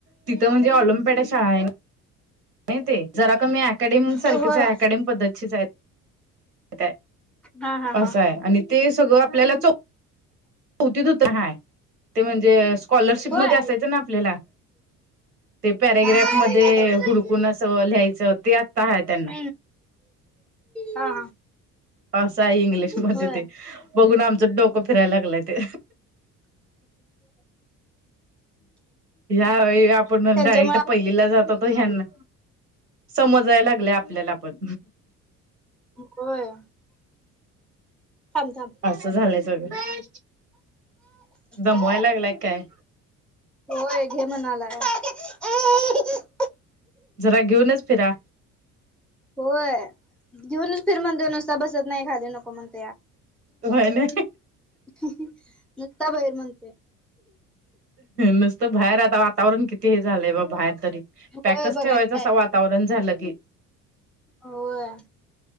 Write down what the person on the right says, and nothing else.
तिथं म्हणजे ऑलिमपेड ला शाळा आहे. नाही ते, जरा कमी अकॅडमी सारखीच
आहे. ॲकॅडम पद्धतीची आहे. <unintelligible>
असं आहे. आणि ते सगळं आपल्याला चो चौथी पुरतं ते हाय, ते म्हणजे स्कॉलरशिप
मध्ये असायचं ना आपल्याला ते पॅरेग्राफ
मध्ये
हुडकुन असं लिहायचं. ते आत्ता आहे त्यांना.
असं आहे इंग्लिश मध्ये
ते, बघून आमचं डोकं फिरायला लागलंय ते. <inaudible> यावेळी आपण
डायरेक्ट पहिली पहिलीला जात होता, ह्यांना समजायला लागलं आपल्याला पण.
असं झालंय सगळं. दमवाय
लागलाय काय
जरा घेऊनच फिरा.
व्हयं ना.
नुसतं बाहेर आता वातावरण किती हे झालंय बघ, बाहेर तरी
पॅकच
ठेवायचं
असं वातावरण झालं की.